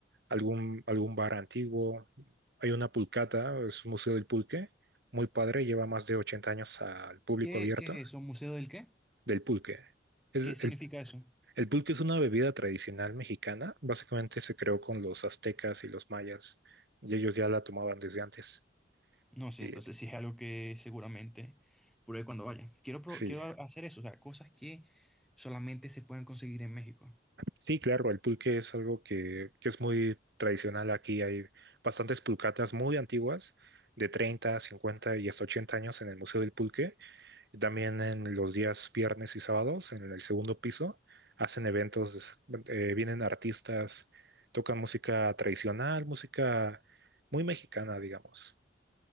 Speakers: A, on the right; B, in the centre.
A: algún, algún bar antiguo. Hay una pulcata, es un museo del pulque, muy padre, lleva más de 80 años al público
B: ¿Qué,
A: abierto
B: qué es eso? ¿Museo del qué?
A: del pulque. Es,
B: ¿Qué significa
A: el,
B: eso?
A: el pulque es una bebida tradicional mexicana, básicamente se creó con los aztecas y los mayas, y ellos ya la tomaban desde antes.
B: No sé,
A: Y,
B: entonces sí es algo que seguramente pruebe cuando vaya. Quiero, pro-
A: sí.
B: quiero hacer eso, o sea, cosas que solamente se pueden conseguir en México.
A: Sí, claro, el pulque es algo que, que es muy tradicional aquí. Hay bastantes pulcatas muy antiguas, de 30, 50 y hasta 80 años en el Museo del Pulque. Y también en los días viernes y sábados, en el segundo piso, hacen eventos, eh, vienen artistas, tocan música tradicional, música muy mexicana, digamos.